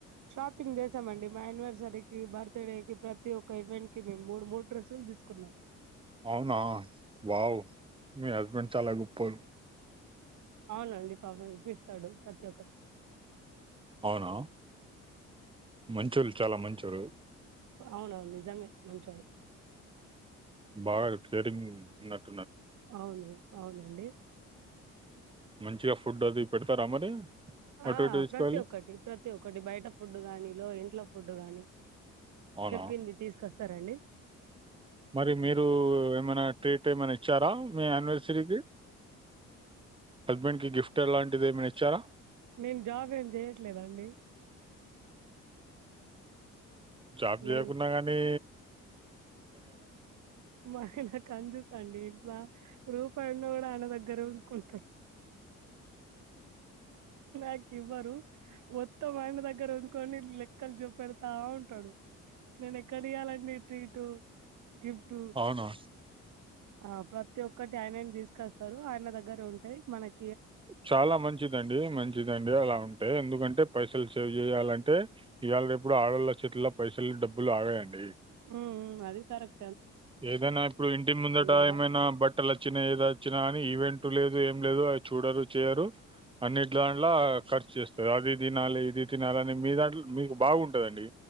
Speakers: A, on the right; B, on the right.
A: షాపింగ్ జేసామండి మ యానివర్స్ జర్కి బర్త్డేకి ప్రతి ఒక్క ఈవెంట్కి మేమ్ మూడ్ మూడు డ్రస్సుల్ దీస్కున్నాం.
B: ఔనా వావ్ మి హస్బెండ్ చాలా గొప్పోలు.
A: ఔనండి పాపం ఇప్పిస్తాడు ప్రతి ఒక్కట్
B: ఔనా మంచోళ్ చాలా మంచోరు.
A: ఔనవ్ను నిజమే మంచోడు.
B: బాగా కేరింగ్ మ్ ఉన్న
A: ఔను ఔనండి.
B: మంచిగా ఫుడ్డవి పెడ్తారా మరి. అటు
A: ఆ
B: ఇటు తీసుకోవాలి
A: ప్రతి ఒక్కటి ప్రతి ఒక్కటి బైట ఫుడ్డు గానిలో ఇంట్లో ఫుడ్డు గాని
B: అవునా
A: తెప్పింది తీస్కొస్సారండి.
B: మరి మీరూ ఏమనా ట్రీ టేమనిచ్చారా మీ యాన్వర్సరీకి. హస్బెండ్కి గిఫ్టలాంటిది ఏమైనిచ్చార.
A: నేను జాబ్ ఏం చేయట్లేదండి
B: జాబ్ జేయకున్నా
A: నేను
B: గానీ
A: మ ఆయ్న కంజూసండి ఇంట్ల రూపాయున్న గుడా ఆయన దగ్గరే ఉంచుకుంటర్. నాకివ్వరు మొత్తం ఆయ్న దగ్గరుంకోని లెక్ క్కల్ జూపెడ్తా ఉంటడు నేనెక్కడియ్యాలండి ట్రీటు. గిఫ్ట్
B: అవునా
A: ఆ ప్రత్ త్తి ఒక్కటి ఆయ్నేమ్ దీస్కస్తరు ఆయ్న దగ్గరుంటయ్ మనక్
B: చాలా మంచిదండి మంచిదండి అలా ఉంటే ఎందుకంటే పైసల్ సేవ్ జేయ్యాలంటే ఇయ్యాల్ రేప్ గుడ ఆడొళ్ళ చేత్లొ పైసల్ డబ్బులు ఆగదండి.
A: ఊ ఊ అదీ కరెక్
B: ఏదైనా ఇప్పుడు ఇంటి ముందట
A: కూడా
B: ఏమైనా బట్టలచ్చినయ్ ఇదొచ్చినా అనీ ఈవెంట్ టు లేదు ఏం లేదు అవి చూడరు చెయ్యరు అన్నింట్లాంట్ల ఖర్చేస్తరు అవి దినాలి ఇది తినాలి అని మీ దాంట్లో మీక్ మీకు బాగుంటదండి.